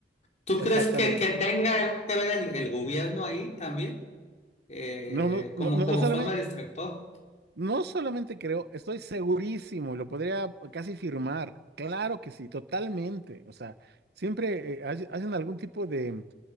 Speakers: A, on the left; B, on the right.
A: ¿Tú
B: Exactamente.
A: crees que, que tenga algo que ver el el gobierno ahí también? eh,
B: No, no,
A: como,
B: no, no,
A: como
B: no solamente,
A: forma de distractor.
B: no solamente creo, estoy segurísimo, lo podría casi firmar. Claro que sí, totalmente. O sea, siempre eh, hace- hacen algún tipo de,